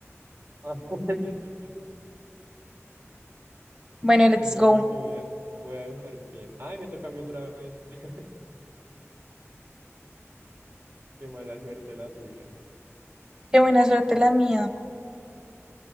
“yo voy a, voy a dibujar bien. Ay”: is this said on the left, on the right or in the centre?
Right